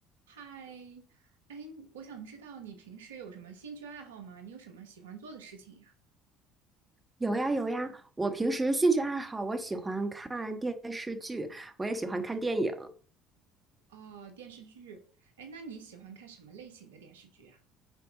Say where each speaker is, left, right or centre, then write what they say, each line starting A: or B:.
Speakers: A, on the right (about 75°); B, on the right (about 15°).
A: 嗨，哎，我想知道你平时有什么兴趣爱好吗？你有什么喜欢做的事情呀？
B: 有呀有呀，我平时兴趣爱好，我喜欢看电视剧，我也喜欢看电影，
A: 哦，电视剧。哎，那你喜欢看什么类型的电视剧啊？